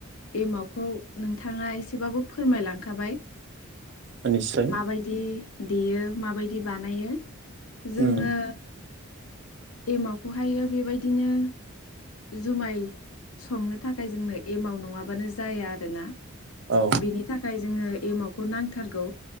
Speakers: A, on the left; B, on the right.
A: एमावखौ नोंथाङा एसेबाबो फोरमायलांखाबाय।
B: औ निस्सय
A: माबायदि देयो, माबायद बानायो जोङो
B: उम
A: एमावखौहायो बेबायदिनो जुमाय संनो थाखाय जोंनो एमाव नङाबानो जाया आरो ना।
B: औ
A: बेनि थाखाय जोङो एमाव खौ नांथारगौ।